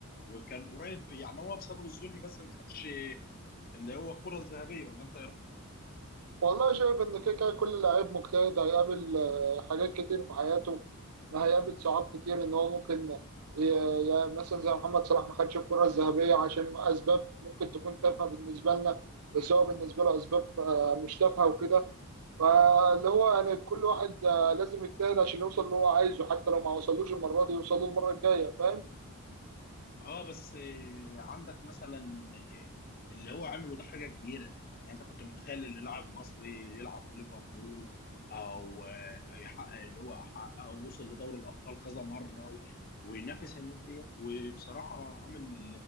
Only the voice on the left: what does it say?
وكان قريب يعني هو بسبب الظلم بس ما خدش اللي هو الكره الذهبيه ولا انت
اه بس آه، عندك مثلا آه، اللي هو عمله ده حاجه كبيره يعني انت كنت متخيل ان لاعب مصري يلعب في ليفربول او آه، يحقق اللي هو حققه ووصل لدوري الابطال كذا مره و- وينافس الناس ديت وبصراحه عامل